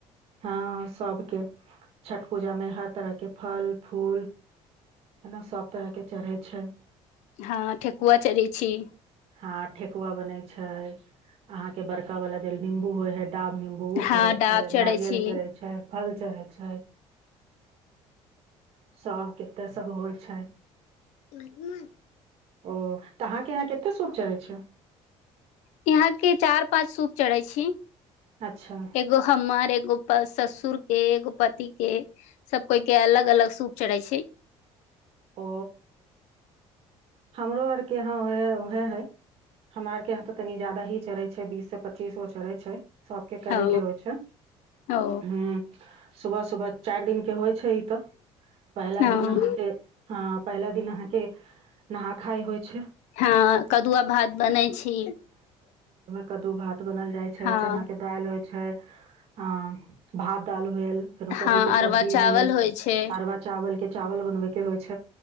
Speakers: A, on the right; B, on the left.
A: हँ सभके छठ पूजामे हर तरहके फल फूल हना सभ तरहके चढ़ै छै
B: हँ ठेकुआ चढ़ै छी
A: हा ठेकुआ बन छै अहाँ के बड़का वाला देल निं्बू होय है क्टाा निम्बू
B: हँ
A: चढ़ै
B: डाब
A: छै नारियल
B: छी
A: चढ़ै छै फल चढ़ै छै सब कते सब होइ छै
B: नहि नहि
A: ओ तऽ अहाँके यहाँ कतेक शप चढ़ै छै
B: यहा के चार पाँच सूप चढ़ै छी
A: अच्छा
B: एगो हमर एगो प ससुर के एगो पति के सब कोइ के अलग अलग सूप चढ़ै छै
A: ओ हमरो आर के यहााँ उहे है हमरा आर के यहाँ तऽ तनि जाददा ही चढ़ै छै बीस से पच्चीस गो चढ़ै छै सबके करे
B: ओ
A: के होइ छै
B: ओ
A: ह सुबह सुबह चारि दििन के होइ छै ई तऽ पहिला
B: हँ
A: दिन अहाँके हँ पहिला दिन अहाँके नहा खाय होइ छै
B: हँ कदुआ भात बनै छी
A: कदू भात बनल जाय छै
B: हँ
A: चना के दालि होइ छै अ भात दाल भेल फेरो
B: हँ
A: कद्दू के सब्जी
B: अरवा चावल
A: भेल
B: होइ छै
A: अरवा चावल के चावल बनबे के होइ छै